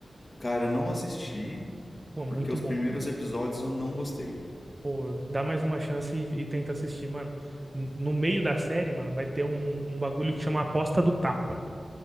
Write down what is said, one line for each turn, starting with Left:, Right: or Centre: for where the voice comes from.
Left: Cara, eu não assisti,
Right: Pô, muito
Left: porque os
Right: bom,
Left: primeiros
Right: mano.
Left: episódios eu não gostei.
Right: Pô, dá mais uma chance e, e tenta assistir, mano. N- No meio da série, mano, vai ter um, um bagulho que chama Aposta do Tapa.